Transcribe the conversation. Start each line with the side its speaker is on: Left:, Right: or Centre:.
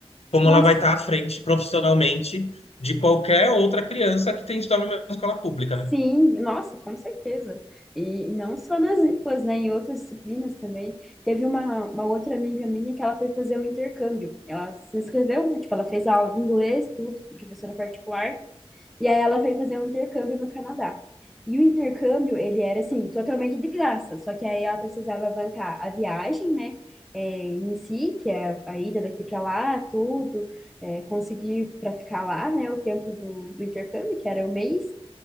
Left: como
Centre: Nossa,
Left: ela vai estar à frente profissionalmente de qualquer outra criança que tem estudado numa escola pública,
Centre: Sim,
Left: né?
Centre: nossa, com certeza. E, e não só nas línguas, né? Em outras disciplinas também. Teve uma, uma outra amiga minha que ela foi fazer um intercâmbio. Ela se inscreveu, né? Tipo, ela fez aula de inglês, tudo, com professora particular. E aí ela foi fazer um intercâmbio no Canadá. E o intercâmbio, ele era, assim, totalmente de graça. Só que aí ela precisava bancar a viagem, né? É, em si, que é a ida daqui para lá, tudo. é, conseguir para ficar lá, né? O tempo do, do intercâmbio, que era um mês.